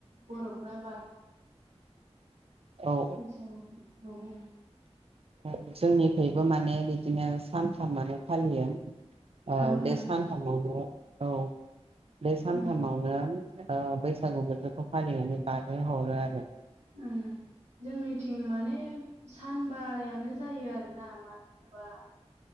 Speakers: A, on the right; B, on the right.
A: बर'फ्रा बाथौ
B: औ
A: बैसागु <unintelligible>
B: औ जोंनिखैबो माने बिदिनो सानथामानो फालियो ओ
A: ओं
B: बे
A: ओं
B: सानथामावनो औ बे सानथामावनो
A: ओं
B: ओ बैसागु बोथोरखौ फालिनानै बारहो हरो आरो।
A: उम जोंनिथिं माने सानबायानो जायो आरोना मानो होनोबा